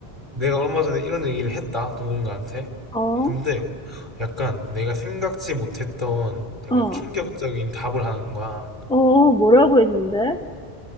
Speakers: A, on the right (about 25°); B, in the centre.
A: 내가 얼마 전에 이런 얘기를 했다 누군가한테.
B: 어.
A: 근데 약간 내가 생각지 못했던 약간
B: 어.
A: 충격적인 답을 하는 거야.
B: 어 뭐라고 했는데?